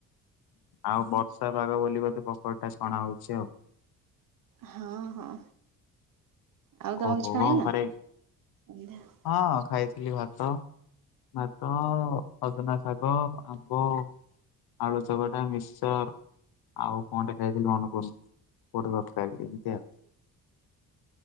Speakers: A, on the left; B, on the right.
A: ଆଉ ବର୍ଷା ପାଗ ବୋଲି ବୋଧେ ପୋକଡି ଟା ଛଣା ହଉଛି ଆଉ।
B: ହଁ ହଁ। ଆଉ ତମେ
A: ଓହୋ
B: କିଛି ଖାଇନ?
A: ଘରେ
B: ଓହୋ
A: ହଁ ଖାଇଥିଲି ଭାତ। ଭାତ ସଜନା ଶାଗ, ଆମ୍ବ, ଆଳୁ ଚକଟା, ମିକ୍ସଚର। ଆଉ କଣ ଟେ ଖାଇଥିଲି ମନେ ପଡୁନି <unintelligible> ଏମିତି ଆଉ।
B: ହୁଁ